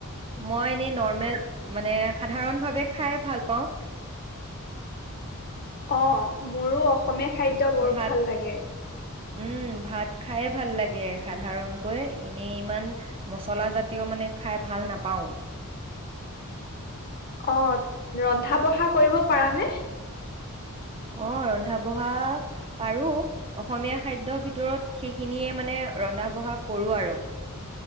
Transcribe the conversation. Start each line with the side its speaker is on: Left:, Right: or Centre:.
Right: মই এনেই নৰ্মেল মানে সাধাৰণ ভাৱে খায়ে ভাল পাওঁ।
Left: অ' মোৰো অসমীয়া খাদ্য বৰ
Right: ভাত
Left: ভাল লাগে।
Right: উম! ভাত খাইয়ে ভাল লাগে সাধাৰণকৈ এনেই ইমান মচলা জাতীয় মানে খাই ভাল নাপাও।
Left: অ' ৰন্ধা বঢ়া কৰিব পাৰা নে?
Right: অ' ৰন্ধা বঢ়া পাৰো অসমীয়া খাদ্য ভিতৰত সেইখিনিয়ে মানে ৰন্ধা বঢ়া কৰো আৰু